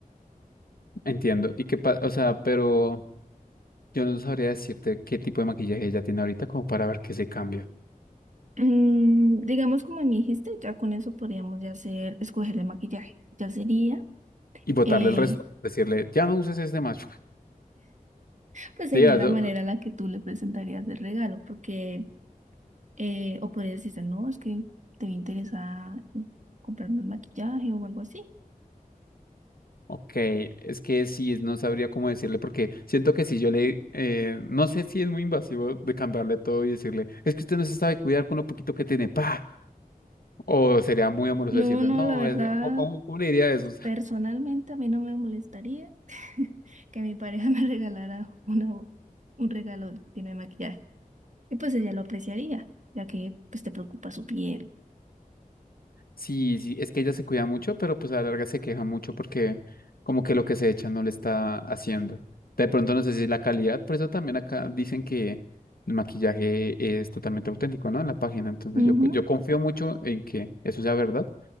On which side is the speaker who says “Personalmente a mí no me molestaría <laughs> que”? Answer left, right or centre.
Right